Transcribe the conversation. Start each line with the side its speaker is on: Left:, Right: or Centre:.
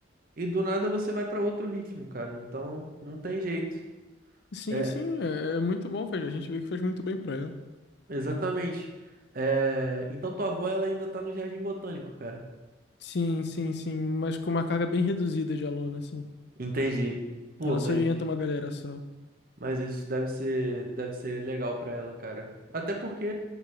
Right: E do nada você vai para outro ritmo, cara. Então não tem jeito.
Left: Sim,
Right: É,
Left: sim, é, é muito bom, faz- a gente vê que faz muito bem pra ela.
Right: exatamente. É, então tua avó ela ainda tá no Jardim Botânico, cara.
Left: Sim, sim, sim, mas com uma carga bem reduzida de aluno, assim.
Right: Entendi. Pô,
Left: Ela
Right: mas
Left: só orienta uma galera só.
Right: mas isso deve ser deve ser legal pra ela, cara. Até porque,